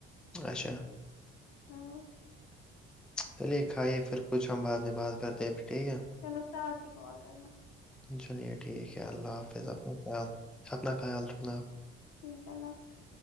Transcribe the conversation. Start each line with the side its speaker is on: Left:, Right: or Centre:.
Centre: اچھا
Left: ہاں
Centre: چلیے کھائیے پھر کچھ ہم بعد میں بات کرتے پھر ٹھیک ہے
Left: چلو ساتھ ہی کال کرنا
Centre: چلیئے ٹھیک ہے اللہ حافظ اپنا خیال اپنا خیال رکھنا
Left: ٹھیک ہے اللہ حافظ